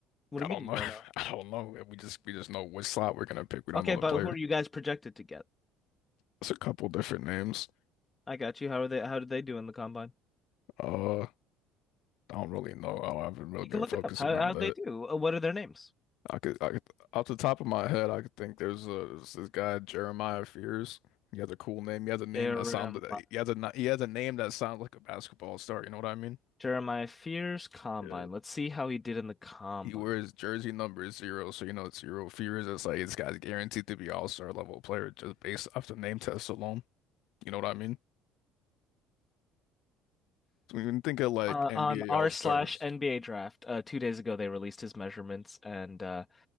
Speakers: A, on the left; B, on the left.
A: What do
B: I
A: you mean
B: don't
A: you
B: know.
A: don't
B: <laughs>
A: know?
B: I don't know. And We just we just know which slot we're gonna pick. We don't
A: Okay,
B: know
A: but
B: the player.
A: who are you guys projected to get?
B: It's a couple different names.
A: I got you. How are they? How did they do in the combine?
B: Uh, I don't really know. I haven't really
A: You
B: been
A: can look
B: focusing
A: it up. How
B: on
A: how'd
B: that.
A: they do? Uh, What are their names?
B: I could, I could, off the top of my head, I could think there's a there's this guy Jeremiah Fears. He has a cool name. He has a name
A: Jeremiah
B: that sounded. He has a he has a name that sounds like a basketball star. You know what I mean?
A: Jeremiah Fears Combine.
B: Yeah.
A: Let's see how he did in the combine.
B: He wears jersey number zero, so you know it's zero fears. It's like this guy's guaranteed to be all-star level player just based off the name test alone. You know what I mean? So when you think of like
A: Uh,
B: NBA
A: on r
B: all-stars,
A: slash NBA draft, uh, two days ago they released his measurements, and uh,